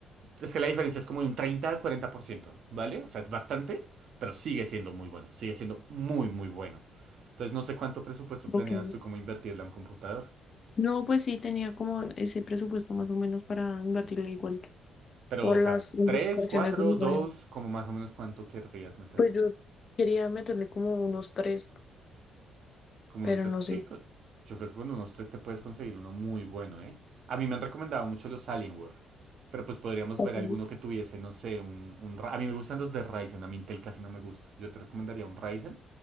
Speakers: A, on the right; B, on the left.
A: es que la diferencia es como de un 30 al 40%, ¿vale? O sea, es bastante, pero sigue siendo muy bueno, sigue siendo muy, muy bueno. Entonces, no sé cuánto presupuesto planeas
B: Ok.
A: tú como invertirle a un computador,
B: No, pues sí tenía como ese presupuesto más o menos para invertirle igual que
A: pero,
B: por
A: o sea,
B: las indicaciones
A: 3, 4,
B: de mi
A: 2,
B: novio.
A: como más o menos cuánto querrías meterle.
B: Pues yo quería meterle como unos tres,
A: Como
B: pero
A: unos tres,
B: no
A: sí,
B: sé.
A: co- yo creo que con unos tres te puedes conseguir uno muy bueno, ¿eh? A mí me han recomendado mucho los Alienware, pero pues podríamos
B: Ok,
A: ver alguno que tuviese, no sé, un, un... Ra- A mí me gustan los de Ryzen, a mí Intel casi no me gusta. Yo te recomendaría un Ryzen,